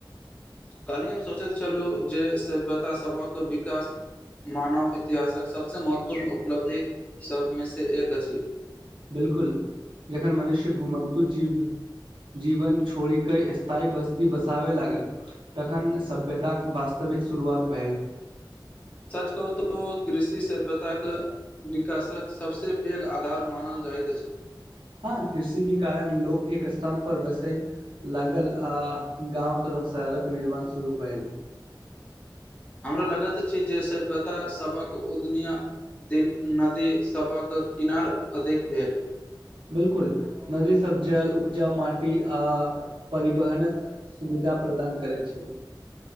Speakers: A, on the left; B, on the right.
A: काल्हि हम सोचैत छलहुँ जे सभ्यतास सभक विकास मानव इतिहासक सभसँ महत्वपूर्ण उपलब्धि सभमे सँ एक अछि।
B: बिल्कुल, एखन मनुष सेहो घूमैत जीव। जीवन छोड़ि कऽ स्थायी बस्ती बसाबऽ लागल। तखन सभ्यताक वास्तविक शुरुआत भेल।
A: सच कहऽ तऽ कृषिसँ व्यतिरिक्त। विकासक सभसँ पैघ आधार मानल जाइत अछि।
B: हँ, कृषिके कारण लोक एक स्थानपर बसल। लागल आ गाँव तथा शहरक निर्माण शुरू भेल।
A: हमरा लगैत अछि जे सभ्यतासभक उदय भेल। दीन नदीसभक किनार अधिक भेल।
B: बिल्कुल, नदीसभ जल, उपजाऊ माटी आ परिवहनक। सुविधा प्रदान करैत छै।